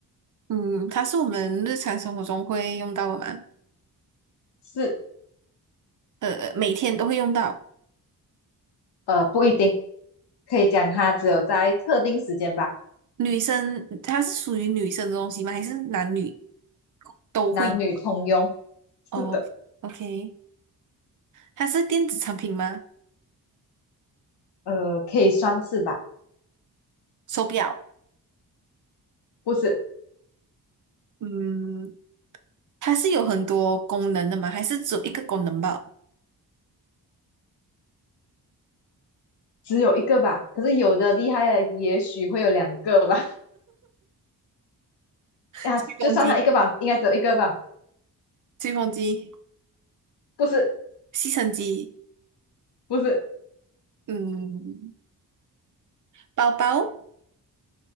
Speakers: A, on the right; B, on the left.
A: 嗯，它是我们日常生活中会用到的吗？
B: 是
A: 呃，每天都会用到。
B: 呃不一定，可以讲它只有在特定时间吧。
A: 女生，它是属于女生的东西吗？还是男女都会？
B: 男女通用。是的，
A: 哦，OK，它是电子产品吗？
B: 呃，可以算是吧，
A: 手表，
B: 不是
A: 嗯，它是有很多功能的吗？还是只有一个功能吧？
B: 只有一个吧？可是有的厉害的也许会有两个吧？<laughs> 呀，
A: 吹风机，
B: 就算它一个吧，应该只有一个吧？
A: 吹风机，
B: 不是，
A: 吸尘机，
B: 不是，
A: 嗯，包包，